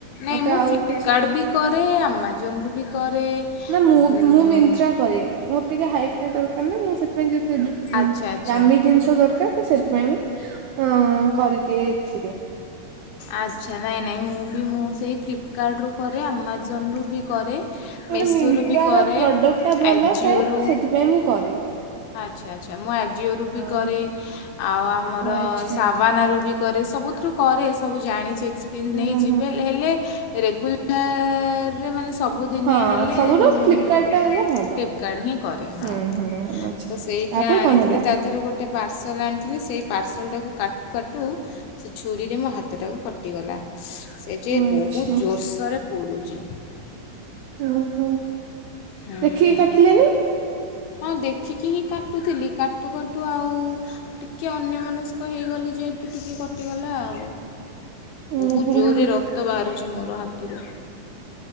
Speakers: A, on the left; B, on the right.
A: ନାଇଁ
B: ମତେ
A: ମୁଁ
B: ଆଉ
A: ଫ୍ଲିପକାର୍ଟ
B: କିଛି।
A: ବି କରେ ଆମାଜନରୁୁ ବି କରେ।
B: ନା ମୁଁ
A: ଯେଉଁ
B: ମୁଁ ମିନ୍ତ୍ରା କରେ ମୋର ଟିକେ ହାଇ ଫାଇ ଦରକାର ନା ମୁଁ ସେ ମାନେ ଜିନ୍ ଫିନ୍ ଉଁ
A: ଆଚ୍ଛା ଆଚ୍ଛା
B: ଦାମି ଜିନିଷ ଦରକାର। ତ ସେଥିପାଇଁ ମୁଁ ଅଁ କରିଦିଏ ଏଥିରେ।
A: ଆଚ୍ଛା ନାଇଁ ନାଇଁ ମୁଁ ବି ମୁଁ ସେଇ ଫ୍ଲିପକାର୍ଟରୁୁ କରେ ଆମାଜନରୁୁ ବି କରେ। ମେସୋରୁ
B: ମିନ୍ତ୍ରାର
A: ବି କରେ
B: ପ୍ରଡକ୍ଟ ଟା ଭଲ
A: ଆଜିଓରୁ
B: ଥାଏ ତ ସେଥିପାଇଁ ମୁଁ କରେ।
A: ଆଚ୍ଛା ଆଚ୍ଛା ମୁଁ ଆଜିଓରୁୁ ବି
B: ହଁ
A: କରେ ଆଉ ଆମର
B: ଓ ଆଚ୍ଛା
A: ସାବାନା ରୁ ବିକରେ। କରେ ସବୁଥିରୁ କରେ ସବୁ ଜାଣିଛି ଏକ୍ସପିରିଏନ୍ସ
B: ହୁଁ
A: ନେଇଛି
B: ହୁଁ
A: ହେଲେ ରେଗୁଲାର ରେ ମାନେ ସବୁଦିନିଆ
B: ହଁ
A: ହେଲେ
B: ସବୁଠୁ
A: ମୁଁ
B: ଫ୍ଲିପକାର୍ଟ ଟା ହେଲେ ଭଲ।
A: ଫ୍ଲିପକାର୍ଟ ହିଁ କରେ ହଁ
B: ହୁଁ
A: ହଁ।
B: ହୁଁ ଆଚ୍ଛା
A: ତ ସେଇଟା
B: ତାପରେ
A: ଆଣିଥିଲି
B: କଣ ହେଲା
A: ତା ଦେହରେ ଗୋଟେ ପାର୍ସଲ ଆଣିଥିଲି ସେଇ ଟାକୁ କାଟୁ କାଟୁ ସେ ଛୁରୀରେ ମୋ ହାତଟାକୁ କଟିଗଲା। ସେ ଯେ
B: ଆଚ୍ଛା
A: ବହୁତ ଜୋରସୋରରେ ପଡୁଛି।
B: ଓହୋ
A: ହୁଁ।
B: ଦେଖିକି କାଟିଲେ ନୀ।
A: ହଁ ଦେଖିକି ହିଁ କାଟୁଥିଲି କାଟୁ କାଟୁ ଆଉ ଟିକେ ଅନ୍ୟ ମନସ୍କ ହେଇଗଲି। ଯେହେତୁ ଟିକିକଟିଗଲା ଆଉ।
B: ହୁଁ
A: ବହୁତ
B: ହୁଁ
A: ଜୋରରେ ରକ୍ତ ବାହାରୁଛି ମୋର ହାତରୁ।